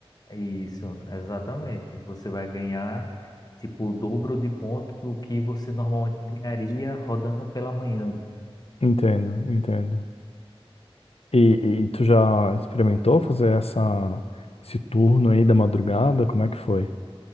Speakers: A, on the left (about 40°); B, on the left (about 80°).
A: é Isso, exatamente. Você vai ganhar tipo o dobro de ponto do que você normalmente ganharia rodando pela manhã.
B: Entendo, entendo. E, e- e tu já experimentou fazer essa, esse turno aí da madrugada? Como é que foi?